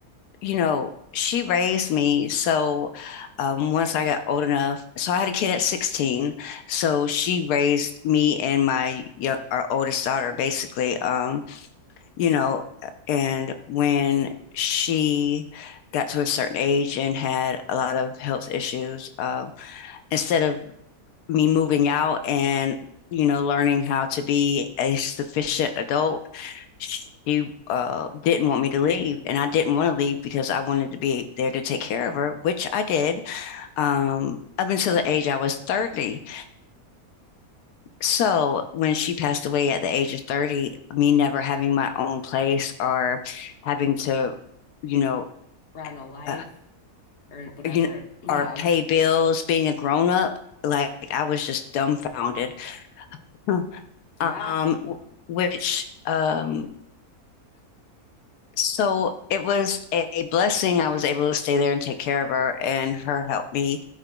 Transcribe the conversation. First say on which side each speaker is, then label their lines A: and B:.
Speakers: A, on the left; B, on the left.
A: you know, she raised me. So um, once I got old enough, so I had a kid at 16. So she raised me and my young, our oldest daughter, basically. Um, you know, uh, and when she got to a certain age and had a lot of health issues, um, instead of me moving out and, you know, learning how to be a sufficient adult, she uh, didn't want me to leave. And I didn't want to leave because I wanted to be there to take care of her, which I did um, up until the age I was 30. So when she passed away at the age of 30, me never having my own place or having to, you know,
B: run a life
A: uh,
B: or whatever.
A: you know,
B: Yeah.
A: or pay bills, being a grown up, like I was just dumbfounded. Hmm.
B: Yeah.
A: um, which um, so it was a blessing. I was able to stay there and take care of her, and her helped me.